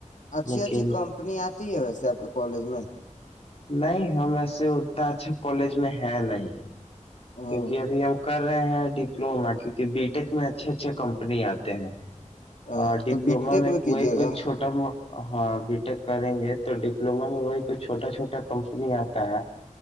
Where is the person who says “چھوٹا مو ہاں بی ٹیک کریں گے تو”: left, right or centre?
Left